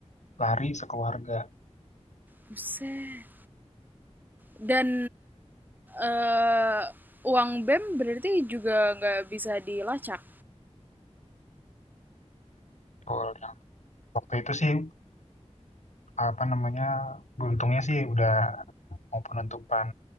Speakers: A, on the left; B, on the right.
A: lari sekeluarga.
B: buset dan eh uang bem berarti juga nggak bisa dilacak
A: Gol. Yang Waktu itu sih apa namanya, beruntungnya sih udah mau penentupan